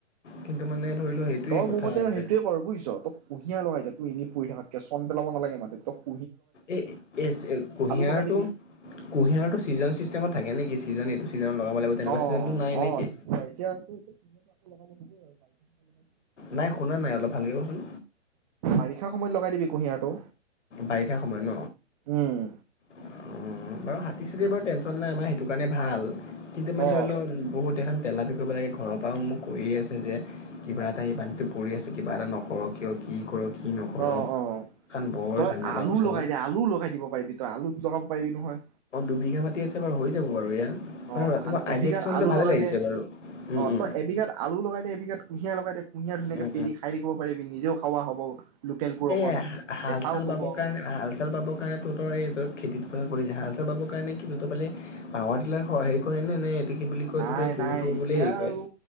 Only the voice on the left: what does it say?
কিন্তু মানে ধৰি লও সেইটোৱেই
কথা
যে
এই এই কুঁহিয়াৰটো
কুঁহিয়াৰটো ছিজন চিষ্টেমত থাকে নেকি <unintelligible> এইটো
ছিজনত লগাব
লাগিব তেনেকুৱা ছিজনটো
নাই
নে কি?
নাই শুনা নাই অলপ ভালকৈ কচোন
বাৰিষা সময়ত
ন অঁ বাৰু হাতী ছাতী এবাৰ টেনশ্যন নাই আমাৰ সেইটো কাৰণে ভাল কিন্তু মানে
ধৰি লও বহুত এখন তেলাপি কৰিব লাগে ঘৰৰ পৰাও মোক কৈয়ে আছে যে কিবা এটা এই বান্ধটো পৰি আছে কিবা এটা নকৰক কিয় কি কৰ কি নকৰ।
এখন বৰ
জেমেলা
বুজিছানে?
দুবিবিঘা মাতি আছে বাৰু হৈ যাব বাৰু এয়া বাৰু
তোমাৰ
আইডিয়া
কিছুমান দিছা
ভালে
লাগিছে
বাৰু। উম
উম
উম
এ হাল
চাল
বাবৰ কাৰণে হাল চাল বাবৰ কাৰণে তোৰ তৰ এই খেতিত জাল চাৰ পাব কাৰণে কি দুত পালে পাৱাৰ টিলাৰ হেৰি কৰেনে নে কি বুলি কয়
তহঁতৰ এই গৰু
চৰু
বুলি হেৰি কৰে